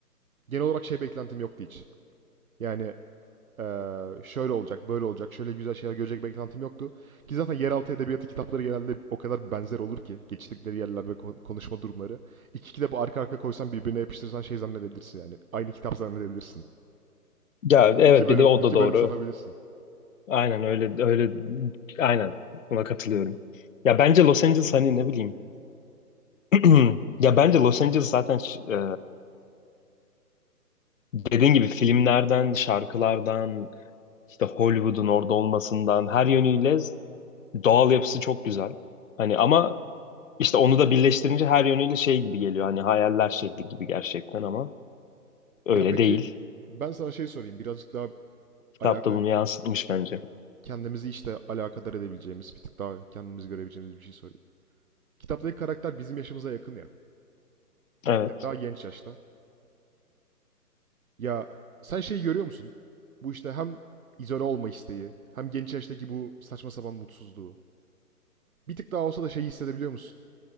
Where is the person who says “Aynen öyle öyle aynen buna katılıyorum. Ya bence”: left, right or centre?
Left